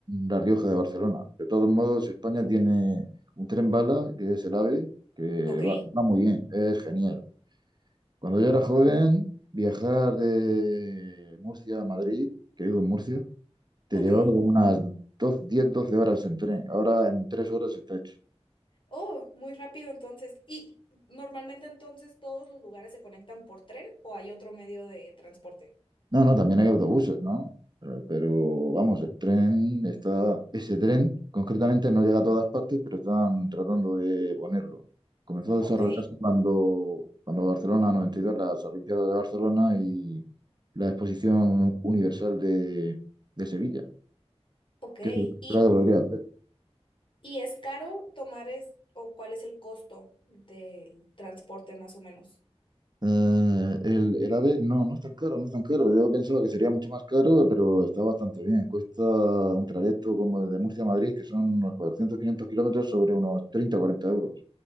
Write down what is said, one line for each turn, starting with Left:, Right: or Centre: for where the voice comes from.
Right: La Rioja de Barcelona. De todos modos, España tiene un tren bala, que es el AVE, que
Left: Ok,
Right: va, va muy bien, es genial. Cuando yo era joven, viajar de Murcia a Madrid, que vivo en Murcia, Te
Left: ok.
Right: llevaba como unas dos, 10 12 horas en tren. Ahora en 3 horas está hecho.
Left: Oh, muy rápido entonces. ¿Y normalmente entonces todos los lugares se conectan por tren o hay otro medio de transporte?
Right: No, no, también hay autobuses, ¿no? Pero, pero, vamos, el tren está. Ese tren concretamente no llega a todas partes, pero están tratando de ponerlo. Comenzó a
Left: Ok,
Right: desarrollarse cuando, cuando Barcelona 92, las Olimpiadas de Barcelona y la Exposición Universal de, de Sevilla,
Left: ok.
Right: que es lo que
Left: ¿Y
Right: lo deberías ver.
Left: ¿Y es caro tomar es, o cuál es el costo del transporte más o menos?
Right: Eh, el, el AVE no, no es tan caro, no es tan caro. Yo pensaba que sería mucho más caro, pero está bastante bien. Cuesta un trayecto como el de Murcia a Madrid, que son unos 400-500 kilómetros sobre unos 30-40 euros.